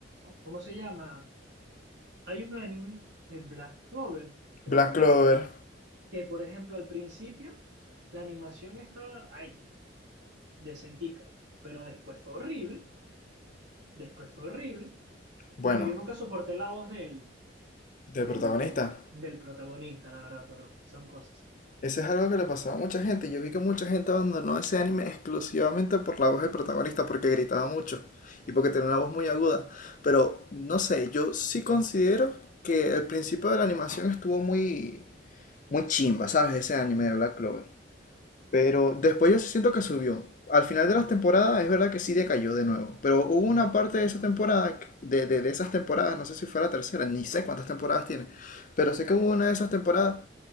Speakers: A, on the right; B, on the left.
A: ¿cómo se llama? Hay un anime de Black Clover, creo
B: Black
A: que
B: Clover.
A: es que, por ejemplo, al principio la animación estaba ahí, decentica, pero después fue horrible, después fue horrible.
B: Bueno,
A: Bueno, yo nunca soporté la voz del,
B: de
A: del,
B: protagonista.
A: del, del protagonista, la verdad, pero son cosas.
B: Ese es algo que le pasaba a mucha gente. Yo vi que mucha gente abandonó ese anime exclusivamente por la voz del protagonista, porque gritaba mucho y porque tenía una voz muy aguda. Pero no sé, yo sí considero que el principio de la animación estuvo muy, muy chimba, ¿sabes? Ese anime de Black Clover. Pero después yo siento que subió. Al final de las temporadas es verdad que sí decayó de nuevo. Pero hubo una parte de
A: Ajá.
B: esa temporada, que- de, de- de esas temporadas, no sé si fue la tercera, ni sé cuántas temporadas tiene. Pero sé que hubo una de esas temporadas